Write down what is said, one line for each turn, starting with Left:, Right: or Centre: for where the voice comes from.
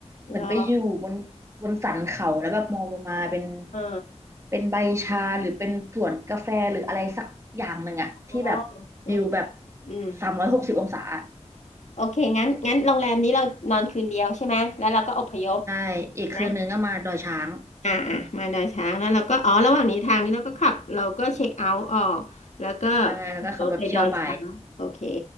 Right: เหมือนไปอยู่บนบนสันเขาแล้วแบบมองลงมาเป็น
Left: รออ่า
Right: เป็นใบชาหรือเป็นสวนกาแฟหรืออะไรสักอย่างหนึ่งอะที่แบบ
Left: อ๋ออืม
Right: วิวแบบ
Left: อืม
Right: สามร้อยหกสิบองศาอะ
Left: โอเคงั้นงั้นโรงแรมนี้เรานอนคืนเดียวใช่ไหมแล้วเราก็อพยพ
Right: ใช่อีกคืนนึงก็มาดอยช้าง
Left: นะอ่าอ่ามาดอยช้างแล้วเราก็อ๋อระหว่างนี้ทางนี้เราก็ขับเราก็เช็คเอาท์ออกแล้วก็
Right: ใช่แล้วก็ขับรถเที่ยวไป
Left: รถไปดอยช้างโอเค